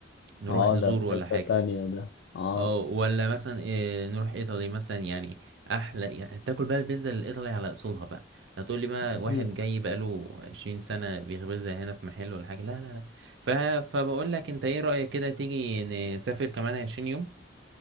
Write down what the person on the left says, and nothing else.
اه
ده في
حتة
تانية ده اه
اكيد